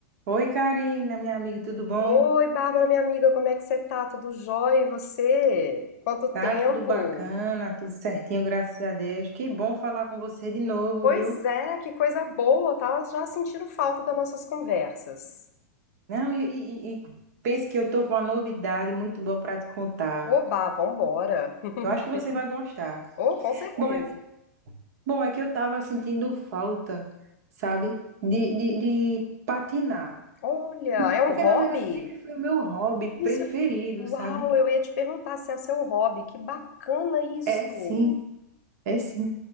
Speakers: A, on the right; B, on the left.
A: Oi, Karina, minha amiga, tudo bom?
B: Oi, Bárbara, minha amiga, como é que você tá? Tudo jóia? E você? Quanto tempo?
A: Tá tudo bacana, tudo certinho, graças a Deus. Que bom falar com você de novo,
B: Pois
A: viu?
B: é, que coisa boa, tava já sentindo falta das nossas conversas.
A: Não, e, e, e- e pense que eu tô com uma novidade muito boa para te contar.
B: Oba, vambora. <laughs>
A: Eu acho que você vai gostar.
B: Oh, com certeza.
A: Bom, é, bom, é que eu tava sentindo falta, sabe, de, de, de patinar.
B: Olha, é um
A: Porque,
B: hobby?
A: na verdade, sempre foi o meu hobby
B: Isso,
A: preferido,
B: uau,
A: sabe?
B: eu ia te perguntar se é o seu hobby. Que bacana isso.
A: É, sim. É sim.